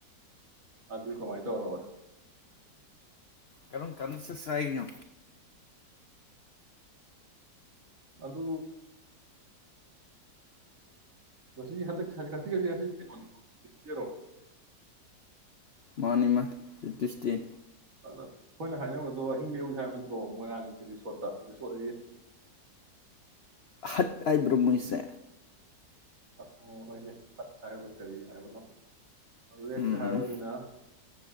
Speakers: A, on the right; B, on the left.
A: ꯑ ꯑꯗꯨꯜꯀꯣ ꯃꯥꯥꯏ ꯇꯔꯣꯕ
B: ꯀꯝ ꯀꯟꯁ ꯁꯍꯤꯗ
A: ꯑꯗꯨ ꯉꯁꯤ ꯍꯟꯗꯛ ꯉꯁꯤ ꯈꯁꯤ ꯉꯁꯤ ꯀꯩꯅꯣꯅꯤꯣꯔꯣ
B: ꯃꯥꯅꯤ ꯏꯃ ꯔꯤꯇꯁꯇꯦꯟ
A: ꯑꯗꯨꯅ ꯑꯩꯈꯣꯏꯅ ꯍꯥꯏꯅꯕꯗꯣ ꯍꯤꯡꯡꯂꯧꯁꯦ ꯍꯥꯏꯕ ꯅꯠꯇ꯭ꯔꯣ ꯃꯣꯏꯔꯥꯡꯒꯤꯒꯤ ꯔꯤꯁꯣꯠꯇ ꯔꯤꯁꯣꯠꯏ
B: ꯍꯠ ꯑꯩꯥꯏꯕ꯭ꯔꯣꯃꯨꯣꯏ ꯁꯦ
A: ꯍꯠ ꯎ ꯍꯣꯏꯅꯦ ꯐꯠ ꯍꯥꯏꯕꯣ ꯀꯔꯤ ꯍꯥꯏꯕꯅꯣ ꯑꯗꯨ ꯂꯦꯛꯁꯦ
B: ꯎꯝ
A: ꯍꯥꯏꯕꯅꯤꯅ